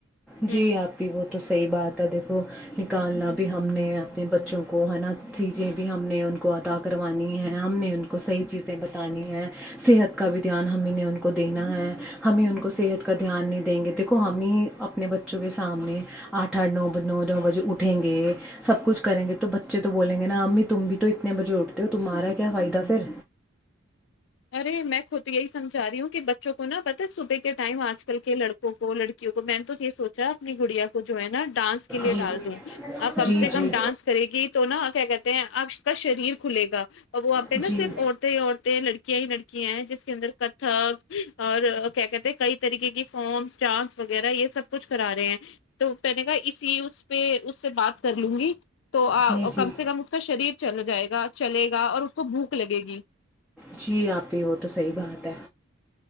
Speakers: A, in the centre; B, on the left.
A: جی
B: ہوں
A: آپ وہ تو صحیح بات ہے دیکھو نکالنا بھی ہم نے اپنے بچوں کو ہے نا چیزیں بھی ہم نے ان کو ادا کروانی ہیں ہم نے ان کو صحیح چیزیں بتانی ہیں صحت کا بھی دھیان ہمیں نے ان کو دینا ہے ہمیں ان کو صحت کو کا دھیان نہیں دیں گے دیکھو ہم ہی اپنے بچوں کے سامنے آٹھ آٹھ نو نو نو بجے اٹھیں گے سب کچھ کریں گے تو بچے تو بولیں گے نا امی تم بھی تو اتنے بجے اٹھتے ہو تمہارا کیا فائدہ پھر
B: ارے میں خود یہی سمجا رہی ہوں کہ بچوں کو نا پتا صبح کے ٹائم آج کل کے لڑکوں کو لڑکیوں کو میں نے تو یہ سوچا اپنی گڑیا کو جو ہے نا ڈانس کے لیے
A: جی
B: ڈال دوں آپ کم
A: جی
B: سے کم
A: جی
B: ڈانس کرے گی تو نا کیا کہتے ہیں آپ کا شریر کھلے گا ا وہ آپہ
A: جی
B: نار عورت ہی عورت لڑکی لڑکیاں ہیں جس کے اندر کتھک اور کیا کہتے ہیں کئی طریقے کی فارمس ڈانس وغیرہ یہ سب کچھ کرا رہے ہیں تو پہ نے کا اسی اس پہ اس سے بات کر لوں گی تو
A: جی جی
B: کم سے کم اس کا شریر چل جائے گا چلے گا اور اس کو بھوک لگے گی
A: جی آپ ہی وہ تو صحیح بات ہے